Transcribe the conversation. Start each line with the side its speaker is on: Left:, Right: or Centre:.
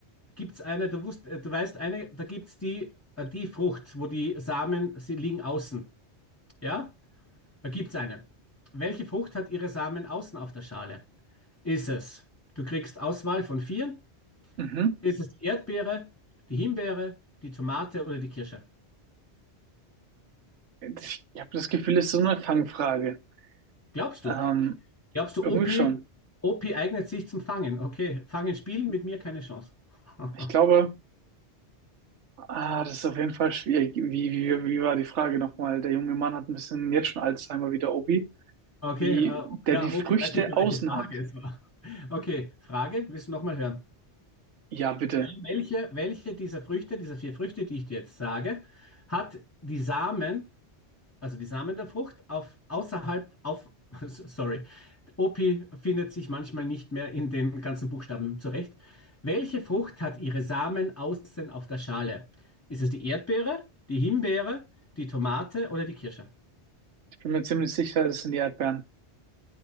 Left: gibt es eine, du, wusst, äh, du weißt eine, da gibt es die, äh, die Frucht, wo die Samen, sie liegen außen. Ja, da gibt es eine. Welche Frucht hat ihre Samen außen auf der Schale? Ist es, du kriegst Auswahl von vier.
Right: mhm.
Left: Ist es die Erdbeere, die Himbeere, die Tomate oder die Kirsche?
Right: Ich habe das Gefühl, es ist so eine Fangfrage.
Left: Glaubst
Right: Ähm,
Left: du? Glaubst du,
Right: irgendwie
Left: OP,
Right: schon.
Left: OP eignet sich zum Fangen? Okay, Fangen spielen mit mir keine Chance. <laughs>
Right: Ich glaube, Ah, das ist auf jeden Fall schwierig. Wie, wie, wie war die Frage nochmal? Der junge Mann hat ein bisschen jetzt schon Alzheimer wie der Obi.
Left: Okay,
Right: Wie
Left: äh,
Right: der
Left: ja,
Right: die Früchte
Left: OP weiß nicht mehr,
Right: außen
Left: welche Frage
Right: hat.
Left: es war. Okay, Frage, willst du nochmal hören?
Right: Ja, bitte.
Left: Ja, Welche, welche dieser Früchte, dieser vier Früchte, die ich dir jetzt sage, hat die Samen also die Samen der Frucht, auf außerhalb, auf, <laughs> sorry, OP findet sich manchmal nicht mehr in den ganzen Buchstaben zurecht. Welche Frucht hat ihre Samen außen auf der Schale? Ist es die Erdbeere, die Himbeere, die Tomate oder die Kirsche?
Right: Ich bin mir ziemlich sicher, das sind die Erdbeeren.